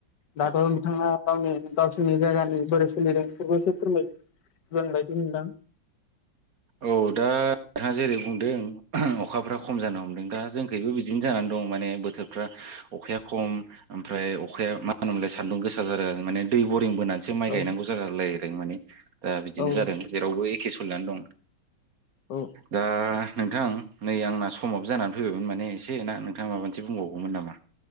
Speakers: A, on the left; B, on the right.
A: दाथ' बिथाङा गावनि गावसिनि जायगानि बोरै सोलिदों बेफोरखौ एसे फोरमाय दोनबायदि नोंथां
B: औ दा नोंथाङा जेरै बुंदों अखाफ्रा खम जानो हमदों दा जोंखैबो बिदिनो जानानै दं माने बोथोरफ्रा अखाया खम ओमफ्राय अखाया मा होनो मोनलाय सान्दुं गोसा जादों माने दै बरिं बोनानै सो माइ गायनांगौ
A: औ
B: जागोलायदों माने दा बिदिनो
A: औ
B: जादों जेरावबो एखे सोलिनानै दं
A: औ
B: दा नोंथां नै आंना समाव जानानै फैबायमोन माने एसे ना नोंथां माबा मोनसे बुंबावगौमोन नामा